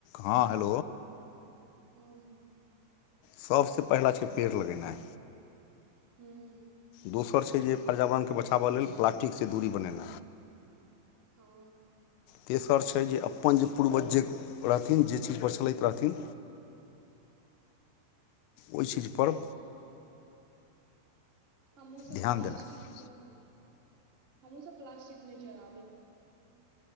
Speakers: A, on the left (about 85°); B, on the right (about 20°).
A: हँ हेल
B: हँ ह
A: सभसँ पहिला छै पेड़ लगेना
B: हूँ
A: दोसर छै जे पर्यावरणके ब द
B: हँ
A: तेसर छै जे अपन जे पूर्वज ज रहथिन जे चीज पर चलैत रहथिन ओहि चीज पर
B: आ मुँह सब
A: ध्यान
B: प्ल्टि
A: देनाइ
B: हमहु सब प्लास्टिक नहि चढ़ब